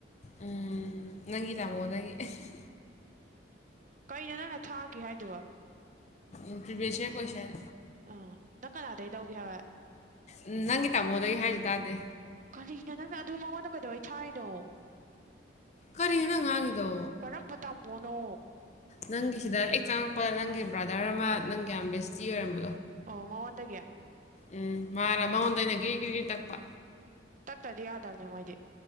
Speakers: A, on the left; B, on the right.
A: ꯎꯝ ꯅꯪꯒꯤ ꯇꯥꯃꯣꯗꯒꯤ <unintelligible>
B: ꯀꯩꯅꯣ ꯅꯪꯅ ꯊꯥꯒꯤ ꯍꯥꯏꯗꯨꯕꯣ
A: ꯎꯝ ꯄ꯭ꯔꯤꯚ꯭ꯌꯁ ꯌꯔ ꯀꯣꯢꯁꯟ
B: ꯑꯥ ꯅꯪ ꯀꯅꯥꯗꯩ ꯂꯧꯒꯦ ꯍꯥꯏꯕ
A: ꯎꯝ ꯅꯪꯒꯤ ꯇꯥꯃꯣꯗꯩ ꯍꯥꯏꯖꯦ ꯇꯥꯗꯦ
B: ꯀꯔꯤꯒꯤꯅꯣ ꯅꯪꯅ ꯑꯗꯨ ꯃꯉꯣꯟꯗ ꯀꯩꯗꯧꯕꯩ ꯊꯥꯢꯅꯣ
A: ꯀꯔꯤꯅꯣ ꯅꯪ ꯉꯥꯡꯉꯤꯗꯣ
B: ꯀꯔꯝꯕ ꯇꯥꯃꯣꯅꯣ
A: ꯅꯪꯒꯤ ꯁꯤꯗ ꯍꯦꯛ ꯆꯪꯉꯛꯄ ꯅꯪꯒꯤ ꯕ꯭ꯔꯥꯗꯔ ꯑꯃ ꯅꯪꯒꯤ ꯌꯥꯝ ꯕꯦꯁꯇꯤ ꯑꯣꯏꯔꯝꯕꯗꯣ
B: ꯑꯣ ꯃꯉꯣꯟꯇꯒꯤ
A: ꯎꯝ ꯃꯥꯔꯥꯥ ꯃꯉꯣꯟꯗ ꯑꯩꯅ ꯒ꯭ꯔꯤ ꯒ꯭ꯔꯤ ꯒꯤ ꯇꯛꯄ
B: ꯇꯠꯇꯗꯤ ꯌꯥꯗꯕꯅꯦ ꯃꯣꯏꯗꯤ